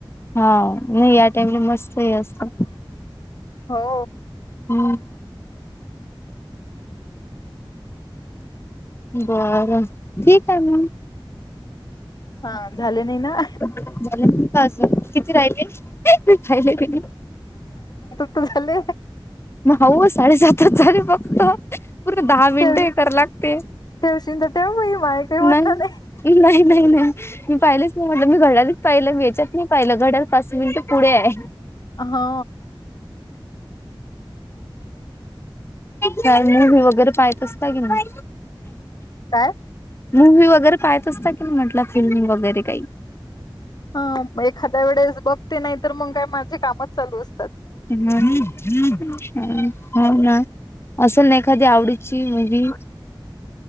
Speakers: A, on the left (about 30°); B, on the left (about 50°).
A: हा नाही या टाइमला मस्त हे असत
B: हो
A: हम् बरं ठीक आहे मग
B: हा झाले नाही ना?
A: झालं नाही अजून किती राहिले राहिले?
B: त झाले
A: माहो साडे सात च झाले फक्त पूर्ण दहा मिनिट
B: ठेव
A: हे करा लागते
B: ठेवशील तर ठेव बाई माय काही म्हणणं
A: नाही नाही नाही नाही मी पाहिलेच नाही म्हणलं मी घड्याळ च पाहिलं मी वेच्यात नाही पाहिलं घड्याळ फसवीन तर फुडे य
B: हा
A: का मूवी वगैरे पाहेत असता कि नाय?
B: काय?
A: मूवी्ही वगैरे पाहेत असता की नाही म्हटलं फिल्मी वगैरे काही
B: हा म एखाद्या वेळेस बघते नाही तर मग काय माझे कामच चालू असते
A: हो ना असेल ना एखादी आवडीची मुव्ही <inaudible>